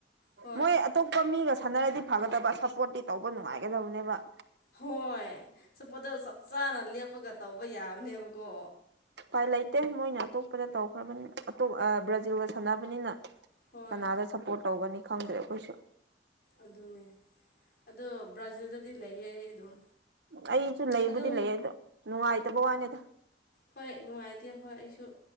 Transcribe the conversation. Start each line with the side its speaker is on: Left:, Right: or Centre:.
Left: ꯍꯣꯏ
Right: ꯃꯣꯏ ꯑꯇꯣꯞꯄ ꯃꯤꯒ ꯁꯥꯟꯅꯔꯗꯤ ꯐꯒꯗꯕ ꯁꯞꯄꯣꯔꯠꯇꯤ ꯇꯧꯕ ꯅꯨꯡꯉꯥꯏꯒꯗꯕꯅꯦꯕ
Left: ꯍꯣꯏ ꯁꯣꯄꯣꯠꯇꯣ ꯆꯞ ꯆꯥꯅ ꯂꯦꯞꯄꯒ ꯇꯧꯕ ꯌꯥꯕꯅꯦꯕꯀꯣ
Right: ꯄꯥꯏ ꯂꯩꯇꯦ ꯃꯣꯏꯅ ꯑꯇꯣꯞꯄꯗ ꯇꯧꯈ꯭ꯔꯕꯅꯤꯅ ꯑꯇꯣꯞ ꯕ꯭ꯔꯥꯖꯤꯜꯒ ꯁꯥꯟꯅꯕꯅꯤꯅ
Left: ꯍꯣꯏ
Right: ꯀꯅꯥꯗ ꯁꯞꯄꯣꯔꯠ ꯇꯧꯒꯅꯤ ꯈꯪꯗ꯭ꯔꯦ ꯑꯩꯈꯣꯏꯁꯨ
Left: ꯑꯗꯨꯅꯦ ꯑꯗꯣ ꯕ꯭ꯔꯥꯖꯤꯜꯗꯗꯤ ꯂꯩꯌꯦ ꯑꯩ ꯑꯗꯨꯝ
Right: ꯑꯩꯁꯨ ꯂꯩꯕꯨꯗꯤ
Left: ꯑꯗꯨꯝ
Right: ꯂꯩꯌꯦ ꯗꯣ ꯅꯨꯡꯉꯥꯏꯇꯕ ꯋꯥꯅꯤꯗ
Left: ꯍꯣꯏ ꯅꯨꯡꯉꯥꯏꯇꯦ ꯍꯣꯏ ꯑꯩꯁꯨ